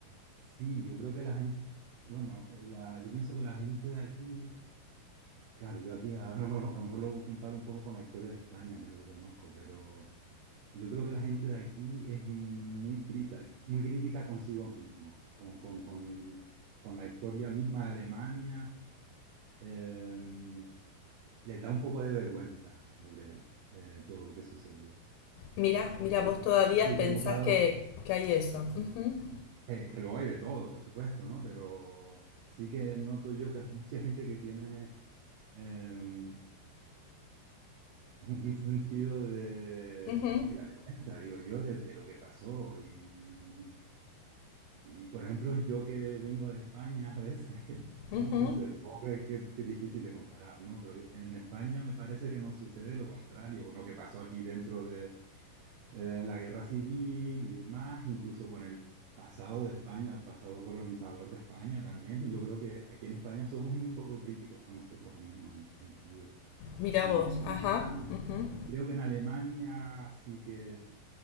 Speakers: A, on the right; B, on the left.
A: Sí, yo creo que la gente, bueno, la- yo pienso que la gente de aquí, claro, yo aquí ahora a lo mejor a lo mejor lo comparo un poco con la historia de España, que es lo que conozco, pero yo creo que la gente de aquí es muy crítica, muy crítica consigo mismo, con, con- con- con la historia misma de Alemania, eh, les da un poco de vergüenza, yo creo, eh, todo lo que sucedió.
B: Mira,
A: Yo,
B: mira,
A: yo sí
B: vos todavía
A: sí
B: pensás
A: que he notado,
B: que, que hay eso. Ujú,
A: Eh, que lo hay de todo, por supuesto, ¿no? Pero sí que noto yo que hay mucha gente que tiene eh, un un sentido de,
B: ujú,
A: de la vergüenza, digo yo, de, de lo que pasó. Y, y, por ejemplo, yo que vengo de España a veces, <laughs> no,
B: ujú.
A: no sé, supongo que, que- que es difícil de comparar, ¿no? Pero en España me parece que nos sucede lo contrario, con lo que pasó aquí dentro en la guerra civil y demás, incluso con el pasado de España, el pasado colonizador de España también. Yo creo que aquí en España somos muy poco críticos con nosotros mismos en ese sentido.
B: Mira
A: Y,
B: vos, ajá,
A: y
B: ujú.
A: creo que en Alemania sí que